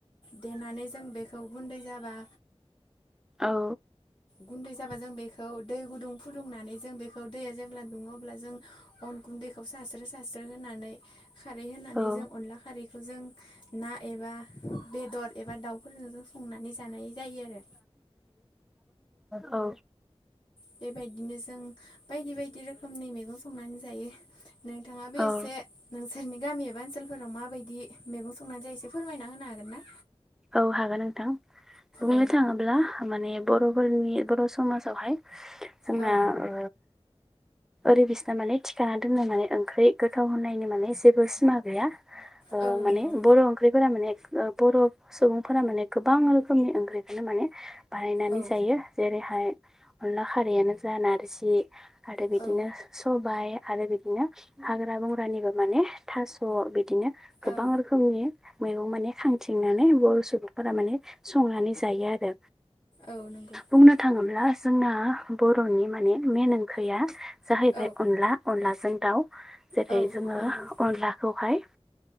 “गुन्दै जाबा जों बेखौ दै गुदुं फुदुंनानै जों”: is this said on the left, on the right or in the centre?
Left